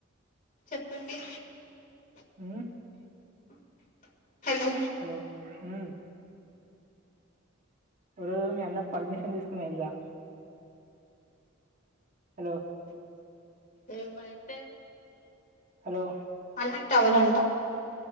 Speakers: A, on the left (about 40°); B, on the right (about 40°).
A: చెప్పండి
B: ఉమ్
A: హలో
B: హలో ఉమ్ ఒక రోజు మీ అన్న పర్మిషన్ తీసుకునే యెళ్ళిరా హలో
A: ఏ వయితే
B: హలో
A: అన్నకు టవాలంట